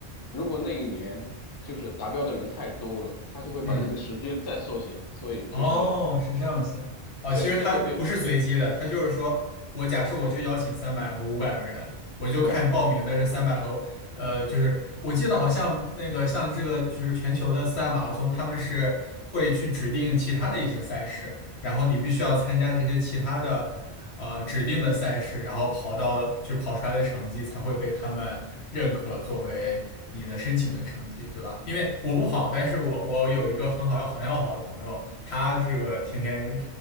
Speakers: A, on the left; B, on the left.
A: 如果那一年就是达标的人太多了，他就会把那个时间再缩减，
B: 嗯，
A: 所以就是
B: 哦，是这样子，哦，其实它不是随机的，
A: 对，最后变
B: 它就是说我假设我就邀请三百和五百个人，我就看报名的这三百和呃，
A: 对，
B: 就是我记得好像那个像这个就是全球的四大马拉松，他们是会去指定其他的一些赛事，然后你必须要参加这些其他的呃指定的赛事，然后跑到了就跑出来的成绩才会被他们认可作为你的申请的成绩，对吧？因为我不跑，但是我我有一个很好要很要好的朋友，他这个天天